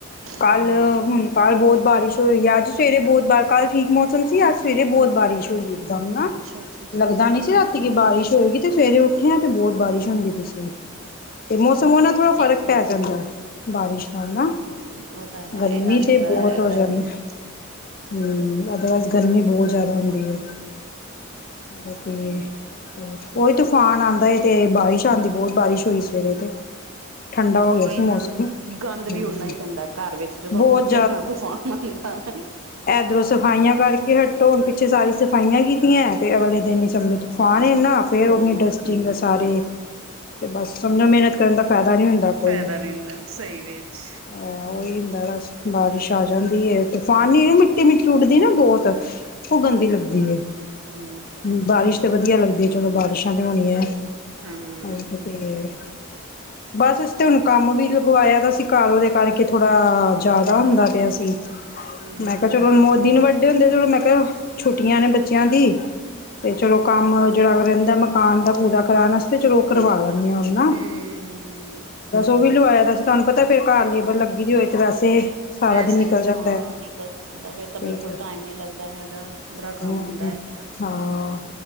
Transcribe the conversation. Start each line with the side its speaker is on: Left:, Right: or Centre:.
Left: ਕੱਲ੍ਹ
Right: ਹਾਂ
Left: ਹੁਣ ਕੱਲ੍ਹ ਬਹੁਤ ਬਾਰਿਸ਼ ਹੋਈ, ਅੱਜ ਸਵੇਰੇ ਬਹੁਤ ਬਾਰ ਕੱਲ੍ਹ ਠੀਕ ਮੌਸਮ ਸੀ ਅੱਜ ਸਵੇਰੇ ਬਹੁਤ
Right: ਹੂੰ ਹੂੰ,
Left: ਬਾਰਿਸ਼ ਹੋਈ ਇਕਦਮ ਨਾ
Right: ਅੱਛਾ ਅੱਛਾ ਅੱਛਾ
Left: ਲੱਗਦਾ
Right: ਅੱਛਾ
Left: ਨੀ
Right: ਅੱਛਾ
Left: ਸੀ ਰਾਤੀ ਕੀ ਬਾਰਿਸ਼ ਹੋਏਗੀ ਤੇ ਸਵੇਰੇ ਉੱਠ ਕਿਉਂ ਉੱਥੇ ਬਹੁਤ ਬਾਰਿਸ਼
Right: ਹਮ
Left: ਹੁੰਦੀ ਪਈ ਸੀਗੀ, ਤੇ ਮੌਸਮ ਉਹ ਨਾਂ ਥੋੜਾਂ ਫ਼ਰਕ
Right: ਇੱਥੇ
Left: ਪੈ
Right: ਵੀ
Left: ਜਾਂਦਾ ਹੈ ਬਾਰਿਸ਼ ਹਨਾ,
Right: ਹਾਂ ਉਹ ਤਾਂ ਹੈ
Left: ਗਰਮੀਂ
Right: ਇੰਨਾ ਸ਼ੁਕਰ
Left: ਤੇ ਬਹੁਤ
Right: ਹੈ
Left: ਹੋ
Right: ਗਰਮੀ
Left: ਜਾਂਦੀ ਏ
Right: ਦਾ
Left: ਹਮ ਅਦਰਵਾਈਜ਼ ਗਰਮੀਂ ਬਹੁਤ ਜ਼ਿਆਦਾ ਹੁੰਦੀ ਏ ਬਾਕੀ ਹੋਰ, ਉਹੀਂ ਤੂਫ਼ਾਨ ਆਉਂਦਾ ਏ ਤੇ ਬਾਰਿਸ਼ ਆਉਂਦੀ, ਬਹੁਤ ਬਾਰਿਸ਼ ਹੋਈ ਸਵੇਰੇ ਤੇ ਠੰਡਾ ਹੋ ਗਿਆ
Right: ਓਈ
Left: ਸੀ ਮੌਸਮ
Right: ਨਾ, ਗੰਦ
Left: ਹਮ
Right: ਵੀ ਓਨਾਂ ਹੀ ਪੈਂਦਾ ਘਰ ਵਿੱਚ ਜਦੋਂ
Left: ਬਹੁਤ
Right: ਇੰਨ੍ਹਾਂ ਤੂਫਾਨ ਆਉਂਦਾ <inaudible>
Left: ਏਧਰੋਂ ਸਫਾਈਆਂ ਕਰਕੇ ਹਟੋ, ਪਿੱਛੇ ਸਾਰੀ ਸਫਾਈਆਂ ਕੀਤੀਆਂ, ਤੇ ਅਗਲੇ ਦਿਨ ਹੀ ਸਮਝੋ ਤੂਫ਼ਾਨ
Right: ਚਲੋ
Left: ਇਨਾਂ ਫ਼ਿਰ
Right: ਹੋਰ।
Left: ਉਹਨੀ ਡਸਟਿੰਗ ਸਾਰੇ ਤੇ ਬਸ ਸਮਝੋਂ ਮਿਹਨਤ ਕਰਨ ਦਾ ਫ਼ਾਇਦਾ ਨੀਂ ਹੁੰਦਾ ਕੋਈ
Right: ਫਾਇਦਾ ਨੀ ਹੁੰਦਾ ਸਹੀ ਵਿੱਚ।
Left: ਆਇਆ ਉਹੀ ਹੁੰਦਾ ਬਸ, ਬਾਰਿਸ਼ ਆ ਜਾਂਦੀ ਤੂਫ਼ਾਨੀ ਮਿੱਟੀ- ਮਿੱਟੀ ਉੱਡਦੀ ਨਾ ਬਹੁਤ ਉਹ ਗੰਦੀ ਲੱਗਦੀ ਹੈ
Right: ਹਮ
Left: ਹ ਬਾਰਿਸ਼
Right: ਹਾਂ।
Left: ਤੇ ਵਧੀਆਂ ਲੱਗਦੀ ਚਲੋਂ ਬਾਰਿਸ਼ਾਂ ਤੇ ਹੋਣੀਆਂ ਏ,
Right: ਹਾਂ ਹਮ।
Left: ਹਜੇ ਤੇ ਤੇ, ਬਸ ਅਸੀਂ ਤੇ ਹੁਣ ਕੰਮ ਵੀ ਉਹ ਆਇਆਂ ਤਾਂ ਸੀ, ਘਰ ਉਹਦੇ ਕਰਕੇ ਥੋੜਾ, ਜ਼ਿਆਦਾ ਹੁੰਦਾ ਪਿਆ ਸੀ,
Right: ਹਮ
Left: ਮੈਂ ਮੈਂ ਕਿਹਾ ਚਲੋ ਬਹੁਤ ਦਿਨ ਵੱਡੇ ਹੁੰਦੇ ਚਲੋ ਮੈਂ ਕਿਹਾਂ ਛੁੱਟੀਆਂ ਨੇ ਬੱਚਿਆਂ ਦੀ ਤੇ ਚਲੋ ਕੰਮ ਜਿਹੜਾ ਰਹਿੰਦਾ ਮਕਾਨ ਦਾ ਪੂਰਾ ਕਰਾਉਣ ਵਾਸਤੇ ਚਲੋ ਉਹ ਕਰਵਾ ਲੈਂਦੇ ਆਂ ਹੁਣ ਨਾ
Right: ਹਮ।
Left: ਬਸ ਉਹ ਵੀ ਲਵਾਇਆ ਤਾਂ ਸੀ ਤੁਹਾਨੂੰ ਪਤਾ ਫੇਰ ਘਰ ਲੇਬਰ ਲੱਗੀ ਦੀ ਹੋਏ ਤੇ ਵੈਸੇ ਸਾਰਾ
Right: ਵੈਸੇ
Left: ਦਿਨ ਨਿਕਲ
Right: ਹੀ,
Left: ਜਾਂਦਾ
Right: ਹਾਂ
Left: ਹੈ
Right: ਨਿਕਲ ਜਾਂਦਾ ਫੇਰ ਤਾਂ ਬਿਲਕੁੱਲ
Left: ਤੇ
Right: ਟਾਈਮ ਨਹੀਂ ਲੱਗਦਾ ਹੈਗਾ ਬੜਾ ਕੰਮ
Left: ਹਮ
Right: ਹੁੰਦਾ ਹੈਗਾ ਆ
Left: ਹਾਂ